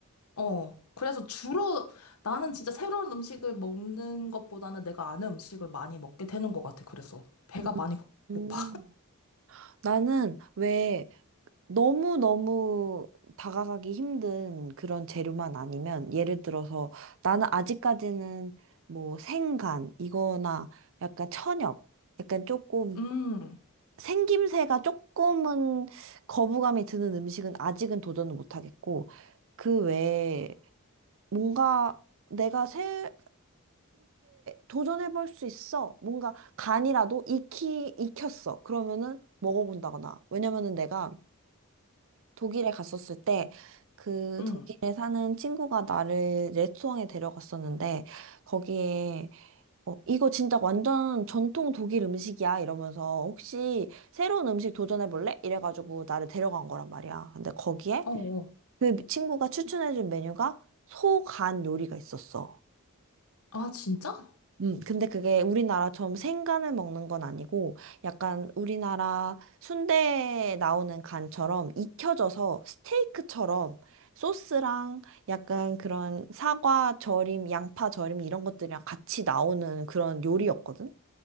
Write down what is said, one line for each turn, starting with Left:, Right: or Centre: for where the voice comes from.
Left: 어, 그래서 주로 나는 진짜 새로운 음식을 먹는 것보다는 내가 아는 음식을 많이 먹게 되는 것 같아. 그래서 배가
Right: 음.
Left: 많이 고- 고파.
Right: 음. 나는 왜 너무너무 다가가기 힘든 그런 재료만 아니면 예를 들어서 나는 아직까지는 뭐 생간 이거나 약간 천엽 약간 조금
Left: 음,
Right: 생김새가 조금은 거부감이 드는 음식은 아직은 도전을 못 하겠고 그 외에 뭔가 내가 새롭게 도전해 볼 수 있어. 뭔가 간이라도 익히 익혔어. 그러면은 먹어본다거나 왜냐면은 내가 독일에 갔었을 때 그
Left: 음,
Right: 독일에 사는 친구가 나를 레스토랑에 데려갔었는데 거기에 어, 이거 진짜 완전 전통 독일 음식이야 이러면서 혹시 새로운 음식 도전해 볼래? 이래가지고 나를 데려간 거란 말이야. 근데 거기에
Left: 어, 어.
Right: 그 친구가 추천해준 메뉴가 소간 요리가 있었어.
Left: 아, 진짜?
Right: 음, 근데 그게 우리나라처럼 생간을 먹는 건 아니고 약간 우리나라 순대에 나오는 간처럼 익혀져서 스테이크처럼 소스랑 약간 그런 사과 절임, 양파 절임 이런 것들이랑 같이 나오는 그런 요리였거든.